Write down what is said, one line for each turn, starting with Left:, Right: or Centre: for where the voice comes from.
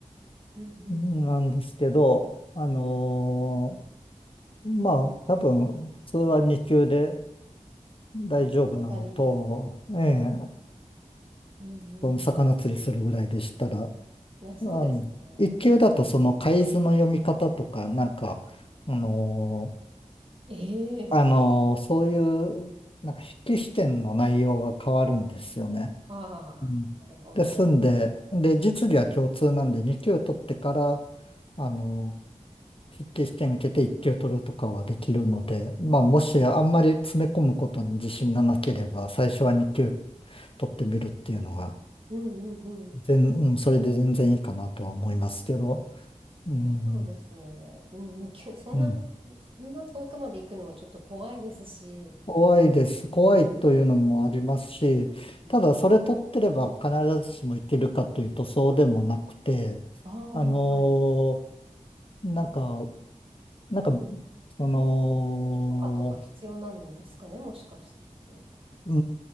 Right: うんうん。
Left: なんですけど、あのまあ、多分、普通は2級で、大丈夫なのと、
Right: 渡りる。
Left: ええ、
Right: うんう
Left: その魚釣りするぐらいでしたら、あ
Right: ん。あ、そうですね。
Left: の、一級だとその海図の読み方とか、なんか、あのー
Right: ええ
Left: あのーそういう、
Right: はい。
Left: なんか筆記試験の内容が変わるんですよね。
Right: ああ、
Left: うん。
Right: なるほど。
Left: ですんで、で、実技は共通なんで、二級取ってから、あのー筆記試験受けて一級取るとかはできるので、まあ、もしあんまり詰め込むことに自信がなければ、
Right: うん
Left: 最初は二級取ってみるっていうのが、
Right: うんうんうん。
Left: 全、うん、それで全然いいかなとは思いますけど、うん、
Right: いや、そうですね。うん、二級そんな、
Left: うん。
Right: そんな遠くまで行くのもちょっと怖いですし。
Left: 怖いです。怖いというのもありますし、
Right: うん
Left: ただそれ取ってれば必ずしもいけるかというとそうでもなくて、
Right: ああ、
Left: あのー
Right: はい。
Left: なんか、なんか、その、
Right: 許可とか必要なんですかね、もしかして。
Left: う